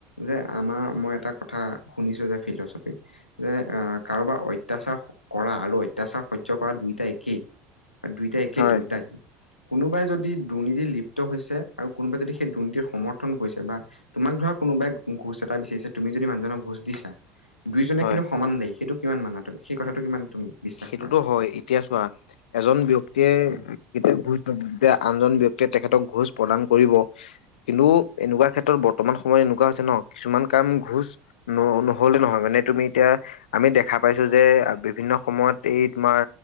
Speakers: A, on the left (about 85°); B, on the left (about 70°).
A: যে আমাৰ মই এটা কথা কাৰোবাৰ অতচাৰ কৰা আৰু অতাচাৰ বা দুইটা একেই বা দুইটা একেই
B: হয়
A: দুইটা কোনোবাই যদি দুৰ্নীতিত লিপ্ত হৈছে আৰু কোনোবাই যদি সেই দুৰ্নীতিৰ সমৰ্থন কৰিছে বা তোমাক ধৰক কোনোবাই ঘোছ এটা বিচাৰিছে তুমি যদি মানুহজনক ঘোচ দিছা দুইজনে
B: হয়
A: কিন্তু সমান দায়ী, সেইটো কিমান মানা তুমি? কথাটো কিমান তুমি বিশ্বাস
B: সেইটোতো
A: কৰা
B: হয় এতিয়া চোৱা এজন ব্যক্তি
A: হয়
B: তীকে ঘোজ দে যেতিয়া আনজন ব্যক্তিয়ে তেখেতক ঘোজ প্ৰদান কৰিব কিন্তু এনেকুৱা ক্ষেত্ৰত বৰ্তমান সময় এনেকুৱা আ, হৈছে ন' কিছুমান কাম ঘোচ ন-নহ'লে নহয় মানে তুমি এতিয়া আমি দেখা পাইছোঁ যে আ বিভিন্ন সময়ত এই তোমাৰ